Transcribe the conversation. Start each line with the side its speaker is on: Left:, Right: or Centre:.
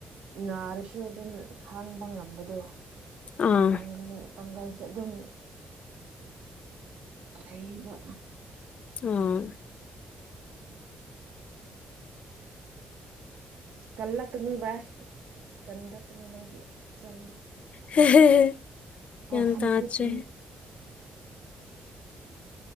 Right: ꯅꯥꯔꯁꯨ ꯑꯗꯨꯝ ꯈꯥꯡꯕ ꯉꯝꯕꯗꯣ
Left: ꯑꯥ
Right: ꯄꯥꯡꯒꯟ ꯄꯥꯡꯒꯜꯁꯨ ꯑꯗꯨꯝ ꯂꯩꯕ
Left: ꯎꯝ
Right: ꯀꯜꯂꯛꯀꯅꯤ ꯚꯥꯏ ꯀꯟꯔꯛꯀꯅꯤ ꯅꯪꯒꯤ ꯍꯛꯆꯥꯡꯗꯣ
Left: ꯍꯦꯍꯦ ꯒꯤꯌꯥꯟ
Right: ꯋꯥꯈꯜ
Left: ꯇꯥꯗꯔꯦ
Right: ꯄꯤꯛꯀꯅꯨ